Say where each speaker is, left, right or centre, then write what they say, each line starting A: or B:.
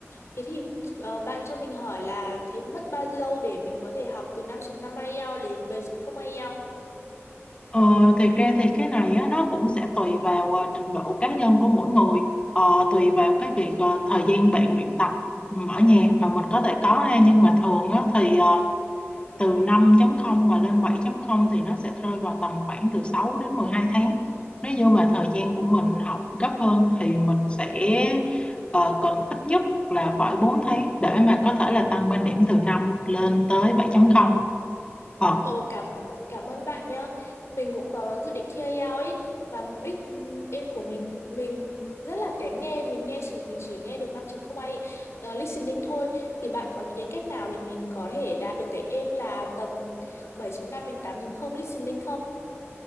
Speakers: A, on the left; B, on the left.
A: Thế thì ờ, bạn cho mình hỏi là thế mất bao lâu để mình có thể học từ 5.5 IELTS đến 7.0 IELTS?
B: Ờ, thì ra thì cái này á, nó cũng sẽ tùy vào ờ, trình độ cá nhân của mỗi người ờ, tùy vào cái việc ờ, thời gian bạn luyện tập ừm, ở nhà mà mình có thể có ha nhưng mà thường á, thì ờ, từ 5 không mà lên 7 không thì nó sẽ rơi vào tầm khoảng từ sáu đến mười hai tháng nếu như mà thời gian của mình học gấp hơn thì mình sẽ ờ, cần ít nhất là phải 4 tháng để mà có thể là tăng bên điểm từ 5 lên tới 7 không ờ
A: Ồ, cảm cảm ơn bạn nhá. Mình cũng có dự định thi IELTS ấy mà mục đích ừm, em của mình mình rất là kém nghe, mình nghe chỉ mình chỉ nghe được 5.0 IELTS ờ, listening thôi thì bạn có những cái cách nào để mình có thể đạt được cái aim là tầm bảy chấm năm đến tám chấm không listening không?